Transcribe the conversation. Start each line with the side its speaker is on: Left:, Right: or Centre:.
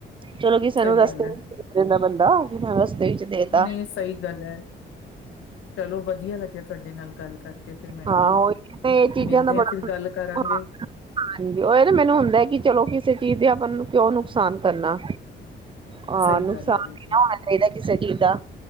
Right: ਚਲੋ ਕੀ ਸਾਨੂੰ
Left: ਸਹੀ
Right: ਰਸਤੇ
Left: ਗੱਲ ਐ,
Right: ਬੰਦਾ ਬਿਨਾਂ ਰਸਤੇ ਵਿੱਚ ਦੇਤਾ
Left: ਨਹੀਂ ਸਹੀ ਗੱਲ ਹੈ ਚਲੋ ਵਧੀਆ ਲੱਗਿਆ ਤੁਹਾਡੇ ਨਾਲ ਗੱਲ ਕਰਕੇ। ਫਿਰ ਮੈਨੂੰ
Right: ਹਾਂ
Left: ਵੀ,
Right: ਉਹੀ ਇਹ ਚੀਜ਼ਾਂ
Left: ਮਿਲਦੇ
Right: ਦਾ
Left: ਆ
Right: ਬੜਾ
Left: ਫਿਰ ਗੱਲ ਕਰਾਂਗੇ।
Right: ਹਾਂ ਹਾਂਜੀ ਓਹੀ ਨਾ ਮੈਨੂੰ ਹੁੰਦਾ ਕਿ ਚਲੋ ਕਿਸੇ ਚੀਜ਼ ਦੇ ਆਪਾਂ ਨੂੰ ਕਿਓ ਨੁਕਸਾਨ ਕਰਨਾ? ਹਾਂ,
Left: ਸਹੀ
Right: ਨੁਕਸਾਨ
Left: ਗੱਲ ਐ ਬਿਲਕੁਲ,
Right: ਹੀ ਨਾ ਹੋਣਾ ਚਾਹੀਦਾ ਕਿਸੇ ਚੀਜ਼ ਦਾ